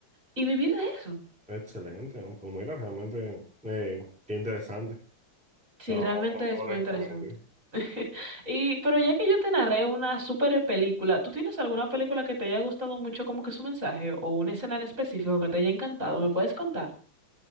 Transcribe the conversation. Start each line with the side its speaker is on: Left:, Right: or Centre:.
Right: y vivir de eso.
Centre: Excelente, ¿no? pues mira, realmente, eh, qué interesante,
Right: Sí,
Centre: o- o-
Right: realmente es
Centre: honestamente.
Right: muy interesante. <laughs> Y, pero ya que yo te narré una super película, ¿tú tienes alguna película que te haya gustado mucho como que su mensaje o una escena en específico que te haya encantado? ¿Me puedes contar?